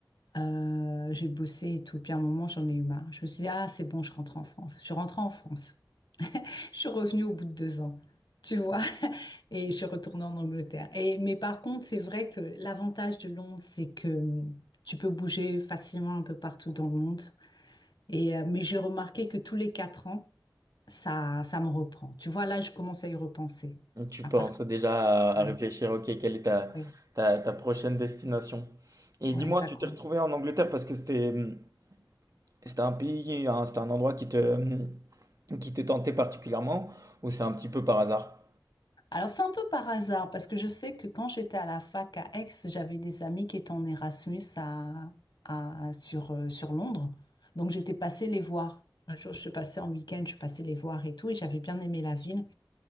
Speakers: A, on the left; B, on the right.
A: Euh, j'ai bossé et tout. Puis à un moment, j'en ai eu marre. Je me suis dit, ah, c'est bon, je rentre en France. Je suis rentrée en France. <laughs> Je suis revenue au bout de deux ans, tu vois. <laughs> Et je suis retournée en Angleterre. Et, mais par contre, c'est vrai que l'avantage de Londres, c'est que hum, tu peux bouger facilement un peu partout dans le monde. Et, euh, mais j'ai remarqué que tous les quatre ans, ça, ça me reprend. Tu vois, là, je commence à y repenser.
B: Tu
A: À
B: penses
A: partir.
B: déjà à,
A: Ouais,
B: à réfléchir, ok, quelle est ta,
A: ouais,
B: ta, ta prochaine destination? Et
A: ouais,
B: dis-moi,
A: ça
B: tu
A: commence.
B: t'es retrouvé en Angleterre parce que c'était hum, c'était un pays, hein, c'était un endroit qui te, hum, qui te tentait particulièrement ou c'est un petit peu par hasard?
A: Alors, c'est un peu par hasard, parce que je sais que quand j'étais à la fac à Aix, j'avais des amis qui étaient en Erasmus à, à- sur, euh, sur Londres. Donc, j'étais passée les voir. Un jour, je suis passée en week-end, je suis passée les voir et tout, et j'avais bien aimé la ville.